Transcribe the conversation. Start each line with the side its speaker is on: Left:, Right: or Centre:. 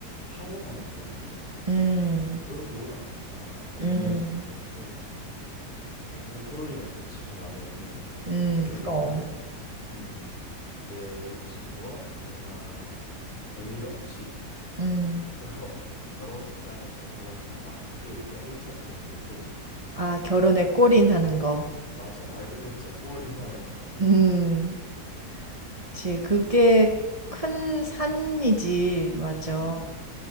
Left: 파혼하는 이야기?
Right: 음,
Left: 이런 게 워낙 많잖아. 막
Right: 음,
Left: 인터넷에서도 그렇고. 뭐 그럴 일은 없겠지만 나는. <laughs>
Right: 음,
Left: 그래서
Right: 그럼.
Left: 일단은, 음, 내 여자친구와 내가 별일 없이
Right: 음.
Left: 서로 <laughs> 결혼식장에 잘 들어간다. 그게 일단 일차적인 목표인 것 같아.
Right: 아, 결혼에 골인하는 거.
Left: 맞아. 말 그대로 진짜 골인하는 거.
Right: 음, 그치. 그게 큰 산이지. 맞아.
Left: <laughs> 음.